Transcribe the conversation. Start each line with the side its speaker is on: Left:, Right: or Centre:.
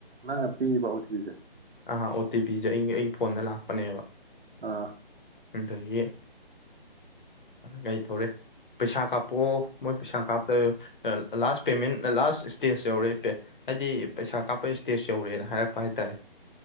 Right: ꯅ ꯄꯤꯕꯥꯎ ꯊ ꯀꯖꯥ
Left: ꯑꯥ ꯑꯣ ꯇꯤ ꯄꯤꯁꯨꯦ ꯑꯩꯒꯤ ꯑꯩꯒꯤ ꯐꯣꯟꯗ ꯂꯥꯛꯄꯅꯦꯕ
Right: ꯑꯥ
Left: ꯑꯗꯒꯤ ꯀꯩ ꯇꯧꯔꯦ ꯄꯩꯁꯥ ꯀꯥꯞꯄꯑꯣ ꯃꯣꯏ ꯄꯩꯁꯥ ꯀꯥꯞꯇ ꯂꯥꯁ ꯄꯦꯃꯦꯟ ꯂꯥꯁ ꯏꯁꯇꯦꯖ ꯌꯧꯔꯦ ꯄꯦ ꯍꯥꯏꯗꯤ ꯄꯩꯁꯥ ꯀꯥꯞꯄ ꯏꯁꯇꯦꯖ ꯌꯧꯔꯦꯅ ꯍꯥꯏꯔ ꯄꯇꯥꯦ